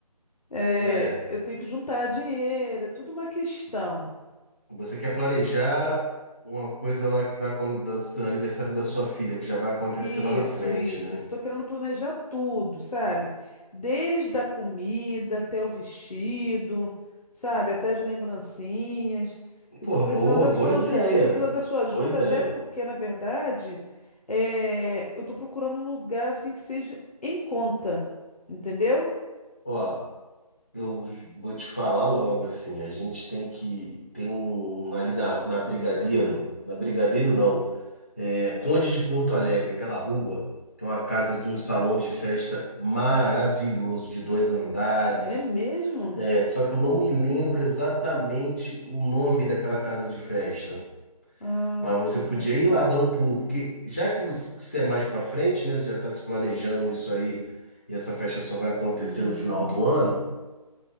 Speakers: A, on the left; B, on the left.
A: É,
B: né?
A: eu tenho que juntar dinheiro, é tudo uma questão.
B: Você quer planejar uma coisa lá que vai acon- da do aniversário da sua filha, que já vai acontecer
A: Isso,
B: lá na frente,
A: isso,
B: né?
A: isso. Tô querendo planejar tudo, sabe? Desde a comida até o vestido, sabe? Até as lembrancinhas. E
B: Porra,
A: tô precisando
B: boa,
A: da sua
B: boa ideia.
A: ajuda. Eu tô precisando da sua ajuda
B: Boa ideia.
A: até porque, na verdade, é, eu tô procurando um lugar assim que seja em conta, entendeu?
B: Ó. Eu vou te falar logo assim, a gente tem que tem um um ali na, na Brigadeiro,
A: Hum.
B: na Brigadeiro não, é Conde de Porto Alegre, aquela rua, tem uma casa de um salão de festa maravilhoso de dois andares.
A: É mesmo?
B: É, só que eu não me lembro exatamente o nome daquela casa de festa,
A: Ah,
B: mas você podia
A: meu Deus.
B: ir lá dar um pulo, porque já que você você é mais pra frente, né, você já tá se planejando isso aí, e essa festa só vai acontecer
A: Hum.
B: no final do ano.